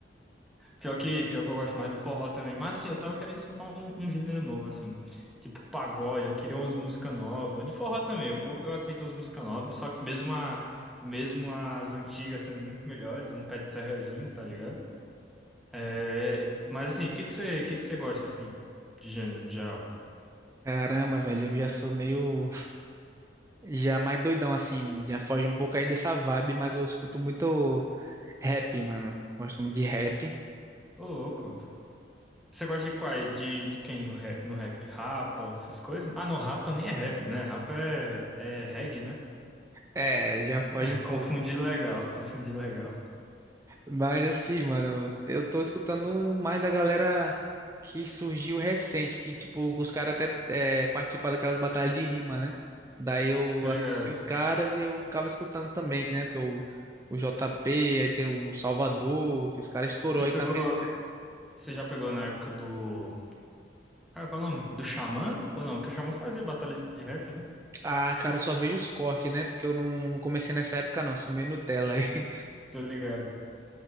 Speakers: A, in the centre; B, on the right.
A: Pior que, pior que eu gosto mais do forró também. Mas assim, eu tava querendo escutar um, um gênero novo, assim. Tipo pagode, eu queria umas músicas novas. De forró também, eu vou, eu aceito umas músicas novas. Só que mesmo, a, mesmo as antigas sendo muito melhores, um pé de serrazinho, tá ligado? É, mas assim, o que que você, o que que você gosta, assim, de gênero no geral?
B: Caramba, velho, eu já sou meio. Já mais doidão, assim. Já foge um pouco aí dessa vibe, mas eu escuto muito rap, mano. Gosto muito de rap.
A: Ô, louco. Você gosta de qual? De, de quem no rap, no rap? Rapa, essas coisas? Ah, não, rapa nem é rap, né? Rapa é, é reggae, né?
B: É, já foge
A: <laughs>
B: um
A: Confundi
B: pouco.
A: legal, confundi legal.
B: Mas assim, mano, eu tô escutando um- mais da galera que surgiu recente, que tipo, os caras até é, participaram daquelas batalhas de rima, né? Daí eu
A: Tô
B: assisti
A: ligado.
B: os caras e eu ficava escutando também, que, né? Que é o, o JP, aí tem o Salvador, que os caras estourou
A: Você
B: aí
A: pegou.
B: também. no-
A: Você já pegou na época do. Cara, qual é o nome? Do Xamã? Ou não? Que o Xamã fazia batalha de rap, né?
B: Ah, cara, eu só vejo os cortes, né? Porque eu não, não comecei nessa época, não, sou meio Nutella aí. <laughs>
A: Tô ligado.